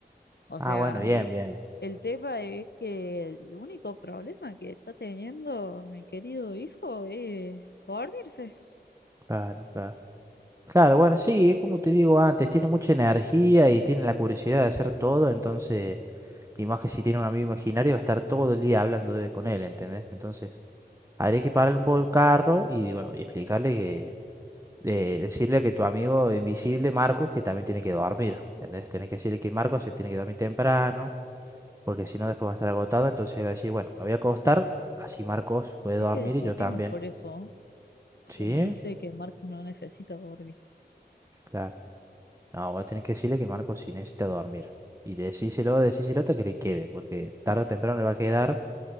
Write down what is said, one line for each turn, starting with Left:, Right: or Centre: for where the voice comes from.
Left: O
Right: Ah,
Left: sea,
Right: bueno, bien,
Left: eh,
Right: bien.
Left: el tema es que el único problema que está teniendo mi querido hijo es dormirse.
Right: Claro, claro. Claro, bueno, sí, es como te digo antes, tiene mucha energía y tiene la curiosidad de hacer todo, entonces, y más que si tiene un amigo imaginario, va a estar todo el día hablando de, con él, ¿entendés? Entonces, habría que pararle un poco el carro y, bueno, y explicarle que eh, decirle que tu amigo invisible, Marcos, que también tiene que dormir, ¿entendés? Tenés que decirle que Marcos se tiene que dormir temprano, porque si no después va a estar agotado, entonces va a decir, bueno, me voy a acostar, así Marcos puede
Left: Es
Right: dormir
Left: que discutimos
Right: y yo también.
Left: por eso, porque
Right: ¿Sí?
Left: me dice que Marcos no necesita dormir.
Right: Claro. No, voy a tener que decirle que Marcos sí necesita dormir. Y decíselo, decíselo hasta que le quede, porque tarde o temprano le va a quedar